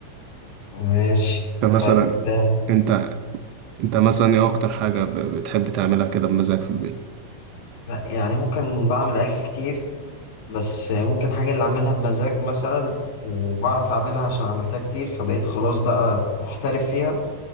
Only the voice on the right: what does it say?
انت مثلا
انت انت مثلا ايه اكتر حاجة ب- بتحب تعملها كده بمزاج في البيت